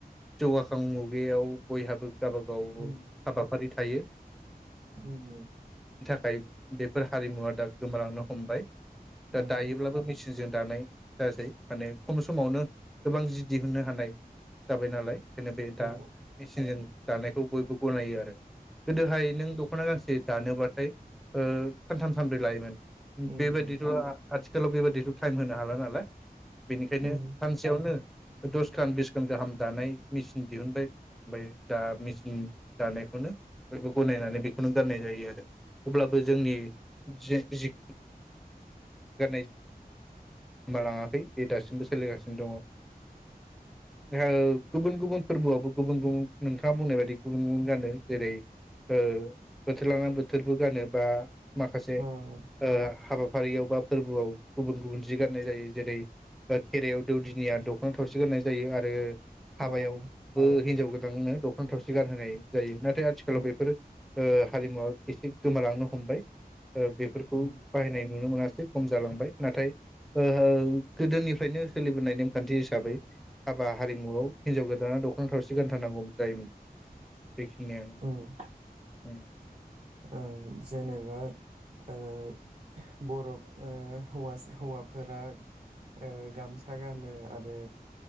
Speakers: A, in the centre; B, on the right (about 45°).
A: जौगाखां मुगायाव बयहाबो गावबा गाव
B: उम
A: हाबाफारि थायो
B: उम
A: थाय बेफोर हारिमुवा दा गोमा लांनो हमबाय। दा
B: उम
A: दायोब्लाबो मिस <unintelligible> दानाय जासै माने खम समावनो गोबां जि दिहुननो हानाय जाबाय नालाय। खोनो बे दा
B: औ
A: मिचिनजों दानायखौ बयबो गनायो आरो गोदोहाय नों दख'ना गांसे दानोबाथाय ओ सानथाम सानब्रै लायोमोन।
B: उम
A: बेबायदिथ'आ आथिखालाव बेबादिथ' टाइम होनो हाला नालाय बेनिखायनो
B: उम
A: सानसेयावनो दसखान बिसखान गाहाम दानाय मिचिन दिहुनबाय ओमफाय दा मिचिन दानायखौनो बयबो गनायनानै बेखौनो गाननाय जायो आरो। अब्लाबो जोंनि जि <inaudible> गोमा लाङाखै बे दासिमबो सोलिगासिनो दङ। जओ गुबुन गुबुन फोरबोआवबो गुबुन गुबुन नोंथाङा बुंनाय बायदि गुबुन गुबुन गानो जेरै ओ बोथोर लांना बोथोरबो गानो बा माखासे
B: ओं ओं
A: ओ हाबा फारियाव बा फोरबोआव गुबुन गुबुन जि गान्नाय जायो जेरै दा खेराइ आव दौदिनिया दख'ना थावसि गाननाय जायो आरो हाबायावबो
B: ओं
A: हिनजाव गोद दोंनो दख'ना थावसि गान होनाय जायो नाथ थाय आथिखालाव
B: उम
A: बेफोरो ओ हारिमुवा एसे गोमालांनो हमबाय‌। ओ बेफोरखौ
B: उम
A: बाहायनाय नुनो मोना से खम जालांबाय। नाथाय ओहो गोदोनिफ्रायनो सोलिबोनाय नेमखान्थि हिसाबै हाबा हारिमुआव हिनजाव गोदाना दख'ना थावस सि गानथारनांगौ जायोमोन। बेखिनि आनो।
B: ओं
A: उम
B: ओं जेने बाय ओ बर' ओ हौवासा हौवाफोरा ओ गामसा गानो ओ आरो